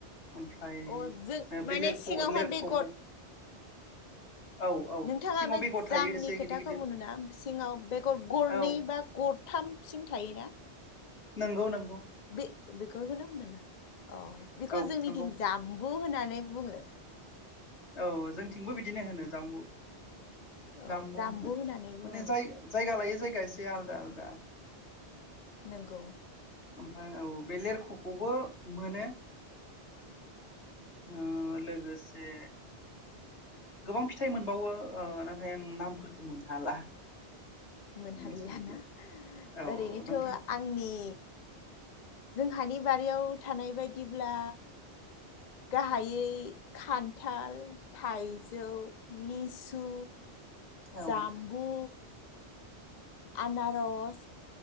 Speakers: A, on the left; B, on the left.
A: ओमफ्राय
B: अ जों माने
A: बे लेरख'
B: सिङावहाय
A: लेरख'खौ
B: बेगर
A: औ औ
B: नोंथाङा
A: सिङाव
B: बे
A: बेगर
B: जामनि
A: थायो एसे
B: खोथाखौ
A: गिदिर गिदिर।
B: सिङाव बेगर गरनै
A: औ
B: बा गरथामसिम थायोना
A: नोंगौ नोंगौ
B: बे <unintelligible> अ
A: औ
B: बेखौ
A: औ
B: जोंनिथिं
A: नंगौ
B: जाम्बु होनानै नै बुङो।
A: औ जोंथिंबो बिदिनो होनो जाम्बु
B: औ
A: जाम्बु
B: जामबु
A: माने
B: होननानै बुङो
A: जाय जायगा लायो जायगा एसे से आलदा आलदा
B: नोंगौ
A: ओमफ्राय औ बे लेरख'खौबो मोनो ओ लोगोस से गोबां फिथाइ मोनबावो ओ नाथाय आं नामफोरखौ मोनहाला
B: मोनहालियाना
A: मिथिजोबला औ
B: ओरैनोथ'
A: नोंथां
B: आंनि जोंहानि बारियाव थानाय बायदिब्ला गाहायै खान्थाल, थाइजौ, लिसु
A: औ
B: जाम्बु आनारस,